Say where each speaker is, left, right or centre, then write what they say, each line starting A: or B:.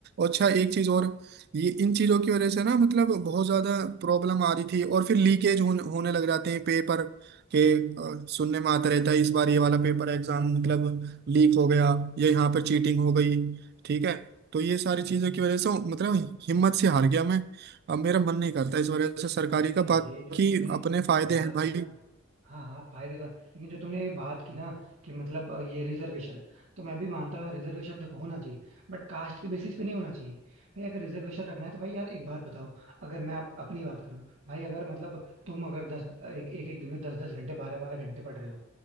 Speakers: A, on the right; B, on the right.
A: अच्छा एक चीज और ये इन चीजों की वजह से ना मतलब बहुत ज्यादा प्रॉब्लम आ रही थी और फिर लीकेज होने होने लग जाते हैं पेपर के अ, सुनने में आता रहता है इस बार ये वाला पेपर एग्जाम मतलब लीक हो गया या यहाँ पर चीटिंग हो गई ठीक है तो ये सारी
B: हम्म
A: चीजों की वजह से मतलब हिम्मत से हार गया मैं अब मेरा मन नहीं करता इस वजह से सरकारी
B: नहीं नहीं
A: का
B: यार
A: बाकी
B: ये जो तुमने
A: अपने फायदे
B: बात
A: हैं भाई
B: की ना हाँ हाँ फायदे तो है लेकिन जो तुमने ये बात की ना कि मतलब अ, ये रिजर्वेशन तो मैं भी मानता हूँ यार रिजर्वेशन देखो होना चाहिए बट कास्ट के बेसिस पे नहीं होना चाहिए भाई अगर रिजर्वेशन रखना है तो भाई यार एक बात बताओ अगर मैं आप अपनी बात करूँ भाई अगर मतलब तुम अगर दस एक एक, एक दिन में दस दस घंटे बारह बारह घंटे पढ़ रहे हो